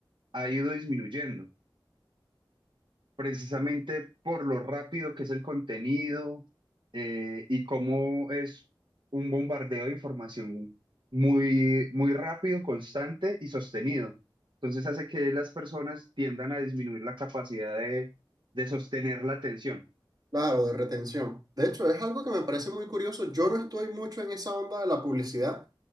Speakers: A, on the right; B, on the right.
A: ha ido disminuyendo precisamente por lo rápido que es el contenido eh, y cómo es un bombardeo de información muy, muy rápido, constante y sostenido. Entonces hace que las personas tiendan a disminuir la capacidad de, de sostener la atención.
B: Claro, de retención. De hecho, es algo que me parece muy curioso. Yo no estoy mucho en esa onda de la publicidad.